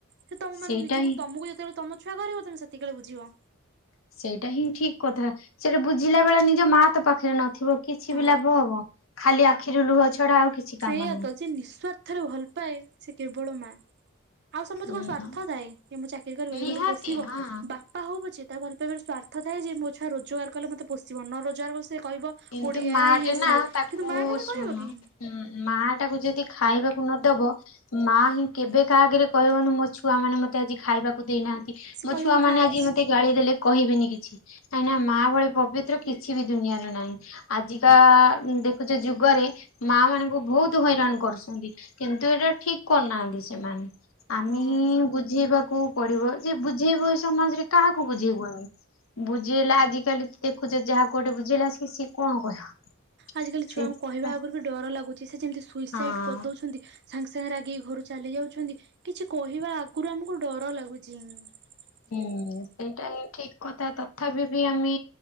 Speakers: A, on the right; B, on the left.
A: ସେ ତମ
B: ସେଇଟା
A: ମାନ ନିଜକୁ
B: ହିଁ
A: ତମକୁ ଯେତେବେଳେ ତମ ଛୁଆ କରିବା ତମେ ସେତିକିବେଳେ ବୁଝିବ
B: ସେଇଟା ହିଁ ଠିକ କଥା ସେଟା ବୁଝିଲା ବେଳେ ନିଜ ମା ତ ପାଖରେ ନଥିବ କିଛି
A: ହଁ
B: ବି ଲାଭ ହବ ଖାଲି ଆଖିରୁ ଲୁହ ଛଡା ଆଉ କିଛି କାମ
A: ସେୟା ତ ଯେ ନିଃସ୍ଵାର୍ଥରେ ଭଲ ପାଏ ସେ କେବଳ ମା ଆଉ ସମସ୍ତେ
B: ନାହିଁ।
A: କଣ ସଵାର୍ଥ ଥାଏ ମୁଁ ଚାକିର କରିବି
B: ନିହାତି
A: ମତେ ପୋଷିବ
B: ହଁ
A: ବା ପା ହଉ ପଛେ ତା ଭଲ ପାଇବ ସ୍ୱାର୍ଥ ଥାଏ ଯେ ମୋ ଛୁଆ ରୋଜଗାର କଲେ ମତେ ପୋଷିବ ନ ରୋଜଗାର କଲେ ସେ କହିବ
B: କିନ୍ତୁ
A: କୋଡିଆ
B: ମା
A: ଇଏ
B: ଟେ ନା
A: ସିଏ
B: ତାକୁ
A: କିନ୍ତୁ ମା କେବେ
B: ଶୁଣ
A: କହିବ କି?
B: ମା ତାାକୁ ଯଦି ଖାଇବାକୁ ନଦବ ମା ହିଁ କେବେ କାହା ଆଗରେ କହିବନି ମୋ ଛୁଆ ମାନେ ମତେ ତେ ଆଜି ଖାଇବାକୁ ଦେଇନାହାନ୍ତି
A: ସେ
B: ମୋ
A: କହିବ
B: ଛୁଆ
A: ମୁଁ
B: ମାନେ
A: ଖାଇଛି
B: ଆଜି ମତେ ଗାଳି ଦେଲେ କହିବେିନି କିଛି କାହିଁକି ନା ମା ଭଳି ପବିତ୍ର କିଛି ବି ଦୁନିଆରେ ନାହିଁ ଆଜିକା ଦେଖୁଛ ଯୁଗରେ ମା ମାନଙ୍କୁ ବହୁତ ହଇରାଣ କରୁଛନ୍ତି କିନ୍ତୁ ଏଇଟା ଠିକ୍ କରନାହାନ୍ତିି ସେମାନେ ଆମେ
A: ହଁ।
B: ହିଁ ବୁଝେଇବାକୁ ପଡିବ ଯେ ବୁଝେଇବୁ ଏ ସମାଜରେ କାହାକୁ ବୁଝେଇବୁ ଆମେ ବୁଝେଇଲା ଆଜିକାଲି ଦେଖୁଛ ଯାହା କୋଉଟେ ବୁଝେଇଲା ସେଏ ସିଏ କଣ କହିବ
A: ଆଜ କାଲି ଛୁଆଙ୍କୁ
B: ସେଇଥିପାଇଁ।
A: କହିବା ଆଗରୁ ବି ଡର ଲାଗୁଛି ସେ ଯେମିତି ସୁଇସାଇଡ
B: ହଁ
A: କରିଦଉଛନ୍ତି ସାଙ୍ଗେ ସାଙ୍ଗେ ରାଗିକି ଘରୁ ଚାଲି ଯାଉଛନ୍ତି କିଛି କହିବା ଆଗରୁ ଆମକୁ ଡର ଲାଗୁଛି ହ
B: ହୁଁ
A: <unintelligible>
B: ସେଇଟା ହିଁ ଠିକ କଥା ତଥାପି ବି ଆମେ